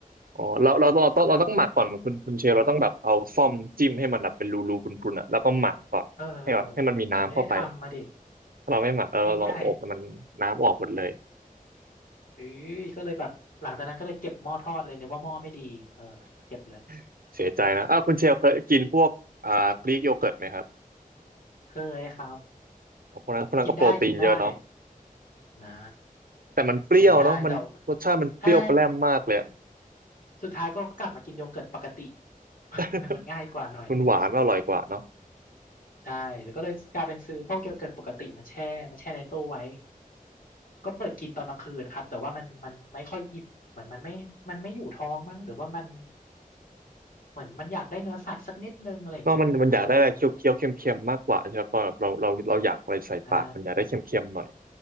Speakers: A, on the right (about 75°); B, on the left (about 70°).
A: อ๋อเราเราเราต้องเราต้องหมักก่อนคุณคุณเชลเราต้องแบบเอาซ่อมจิ้มให้มันแบบเป็นรูรูพรุนๆอ่ะแล้วก็หมักก่อนให้แบบให้มันมีน้ำเข้าไป
B: แบบเออผมไม่ได้ทำมาดิ
A: ถ้าเราไม่หมักแล้วเราเราอบมันน้ำออกหมดเลย
B: ง่ายๆเอ้ยก็เลยแบบหลังจากนั้นก็เลยเก็บหม้อทอดเลยนึกว่าหม้อไม่ดีเออเก็บเลย
A: <laughs> เสียใจนะอ้าวคุณเชลเคยกินพวกอ่ากรีกโยเกิร์ตไหมครับ
B: เคยครับ
A: พวกนั้นพวกนั้นก็โปรตีนเยอะเนาะ
B: กินได้กินได้นะ
A: แต่มันเปรี้ยวเนาะมันรสชาติมันเปรี้ยวแปร่มมากเลยอะ
B: กินได้แต่ ใช่สุดท้ายก็กลับมากินโยเกิร์ตปกติ <laughs>
A: <laughs>
B: มันง่ายกว่าหน่อยหนึ่ง
A: มันหวานมันอร่อยกว่าเนาะ
B: ใช่แล้วก็เลยกลายเป็นซื้อพวกโยเกิร์ตปกติมาแช่มาแช่ในตู้ไว้ก็เปิดกินตอนกลางคืนครับแต่ว่ามันมันไม่ค่อยอิ่มเหมือนมันไม่มันไม่อยู่ท้องมั้งหรือว่ามันเหมือนมันอยากได้เนื้อสัตว์สักนิดนึงอะไรอย่างเงี้ยก็เลย
A: เนอกมันมันอยากได้อะไรเคี้ยวเคี้ยวเค็มเค็มๆมากกว่าใช่ไหมตอนแบบเราเราเราอยากอะไรใส่ปากมันอยากได้เค็มเค็มหน่อย
B: ใช่